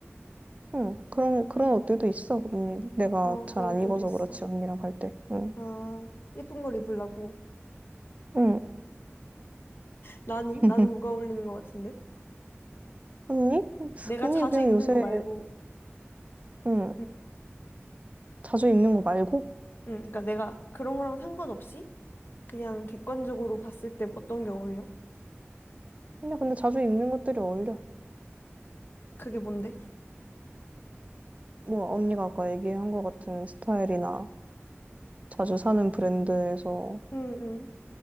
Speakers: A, on the right (about 30°); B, on the left (about 55°).
A: 응, 그런, 그런 옷들도 있어. 언니, 내가
B: 어,
A: 잘
B: 그런
A: 안
B: 옷들도
A: 입어서
B: 있어.
A: 그렇지, 언니랑 갈 때. 응,
B: 아, 예쁜 걸 입으려고.
A: 응.
B: 나는
A: <laughs>
B: 나는 뭐가 어울리는 것 같은데?
A: 언니?
B: 내가
A: 언니
B: 자주
A: 그냥
B: 입는
A: 요새,
B: 거 말고,
A: 응,
B: 응
A: 자주 입는 거 말고?
B: 응. 그러니까 내가 그런 거랑 상관없이 그냥 객관적으로 봤을 때 어떤 게 어울려?
A: 언니 근데 자주 입는 것들이 어울려.
B: 그게 뭔데?
A: 뭐, 언니가 아까 얘기한 것 같은 스타일이나 자주 사는 브랜드에서
B: 응, 응.